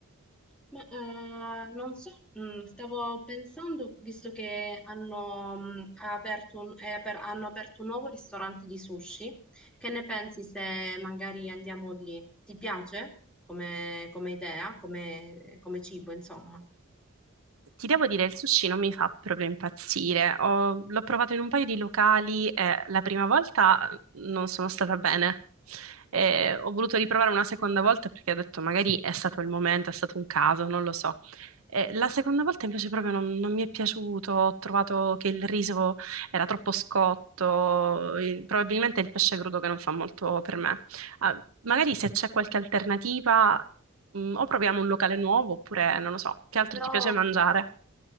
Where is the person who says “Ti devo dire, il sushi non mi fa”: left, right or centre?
Right